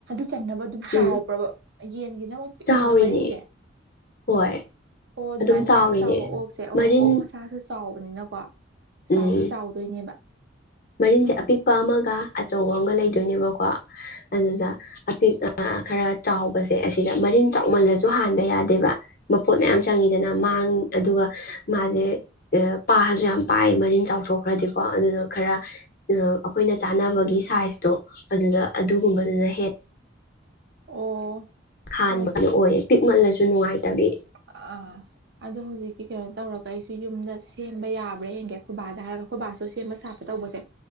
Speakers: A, on the right (about 55°); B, on the left (about 50°).
A: ꯆꯟꯅꯕ ꯑꯗꯨꯝ ꯆꯥꯎꯕ꯭ꯔꯕ
B: ꯎꯝ
A: ꯌꯦꯟꯒꯤꯅ ꯑꯃꯨ ꯄꯤꯛꯏꯗꯅ
B: ꯆꯥꯎꯔꯤꯅꯦ
A: ꯃꯔꯤꯟꯁꯦ
B: ꯍꯣꯏ
A: ꯑꯗꯨꯃꯥꯏꯅ
B: ꯑꯗꯨꯝ ꯆꯥꯎꯔꯤꯅꯦ
A: ꯃꯌꯥꯝ ꯆꯥꯎꯕ ꯑꯣꯛꯁꯦ ꯑꯣ
B: ꯃꯔꯤꯟ
A: ꯑꯣꯛ ꯃꯁꯥꯁꯨ ꯆꯥꯎꯕꯅꯤꯅꯀꯣ
B: ꯎꯝ
A: ꯆꯥꯎꯗꯤ ꯆꯥꯎꯗꯣꯏꯅꯦꯕ
B: ꯃꯔꯤꯟꯁꯦ ꯑꯄꯤꯛꯄ ꯑꯃꯒ ꯑꯆꯧꯕ ꯑꯃꯒ ꯂꯩꯗꯣꯏꯅꯦꯕꯀꯣ ꯑꯗꯨꯗ ꯑꯄꯤꯛ ꯈꯔ ꯆꯥꯎꯕꯁꯦ ꯑꯁꯤꯗ ꯃꯔꯤꯟ ꯆꯥꯎꯃꯜꯂꯁꯨ ꯍꯥꯟꯕ ꯌꯥꯗꯦꯕ ꯃꯄꯣꯠ ꯃꯌꯥꯝ ꯆꯪꯉꯤꯗꯅ ꯃꯥꯡ ꯑꯗꯨꯒ ꯃꯥꯁꯦ ꯄꯥꯁꯨ ꯌꯥꯝ ꯄꯥꯏ ꯃꯔꯤꯟ ꯆꯥꯎꯊꯣꯛꯈ꯭ꯔꯗꯤꯀꯣ ꯑꯗꯨꯅ ꯈꯔ ꯑꯩꯈꯣꯏꯅ ꯆꯥꯅꯕꯒꯤ ꯁꯥꯏꯖꯇꯣ ꯑꯗꯨꯗ ꯑꯗꯨꯒꯨꯝꯕꯗꯨꯅ ꯍꯦꯟꯅ
A: ꯑꯣ
B: ꯍꯥꯟꯕ
A: ꯍꯣ
B: ꯀꯩꯅꯣ ꯑꯣꯏꯌꯦ ꯄꯤꯛꯃꯜꯂꯁꯨ ꯅꯨꯡꯉꯥꯏꯇꯕꯤ
A: ꯑ ꯑꯗꯣ ꯍꯧꯖꯤꯛꯀꯤ ꯀꯩꯅꯣ ꯇꯧꯔꯒ ꯑꯩꯁꯤꯒꯤ ꯆꯨꯝꯗ ꯁꯦꯝꯕ ꯌꯥꯕ꯭ꯔꯥ ꯍꯡꯒꯦ ꯈꯣꯏꯕꯥꯗ ꯍꯥꯏꯔꯒ ꯈꯨꯣꯏꯕꯥꯁꯨ ꯁꯦꯝꯕ ꯁꯥꯄ ꯇꯧꯕꯁꯦ